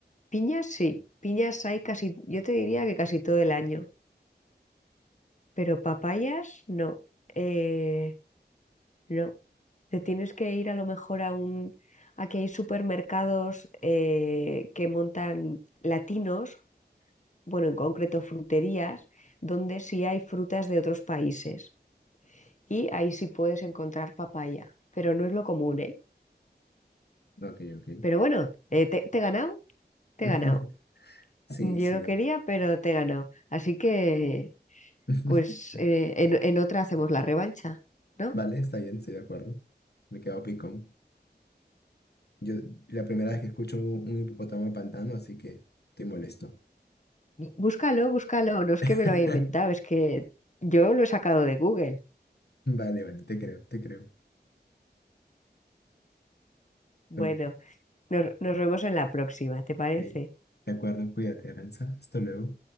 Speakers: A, on the left; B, on the left.
A: Piñas sí. Piñas hay casi, yo te diría que casi todo el año, pero papayas no. Eh, No, te tienes que ir a lo mejor a un... Aquí hay supermercados eh, que montan latinos, bueno, en concreto fruterías, donde sí hay frutas de otros países. Y ahí sí puedes encontrar papaya, pero no es lo común, ¿eh?
B: Ok, ok.
A: Pero bueno, eh, te, te he ganado, te
B: <laughs>
A: he ganado.
B: Sí,
A: Yo
B: sí.
A: no quería, pero te he ganado. Así que,
B: <laughs>
A: pues, eh, en, en otra hacemos la revancha, ¿no?
B: Vale, está bien, estoy de acuerdo. Me he quedado picón. Yo, la primera vez que escucho un un hipopótamo de pantano, así que estoy molesto.
A: Búscalo, búscalo, no es
B: <laughs>
A: que me lo haya inventado, es que yo lo he sacado de Google.
B: Vale, vale, te creo, te creo.
A: Bueno,
B: Ok,
A: nos, nos vemos en la próxima, ¿te parece?
B: de acuerdo, cuídate, Aranza. Hasta luego.